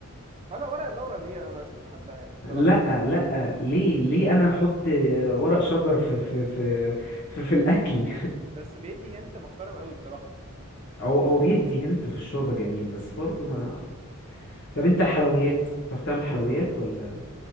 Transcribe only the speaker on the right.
ولا ورق اللورا دي انا قشطه بحبها يعني بصراحه
مش هكدب
عليك
بس بيدي هنت محترم قوي بصراحه